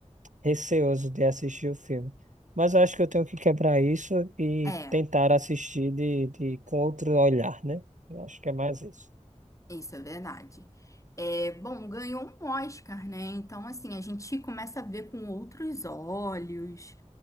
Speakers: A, on the right; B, on the left.
A: receoso de assistir o filme. Mas eu acho que eu tenho que quebrar isso e
B: É,
A: tentar assistir de, de, com outro olhar, né? Eu acho que é mais isso.
B: isso é verdade. É, bom, ganhou um Oscar, né? Então, assim, a gente começa a ver com outros olhos,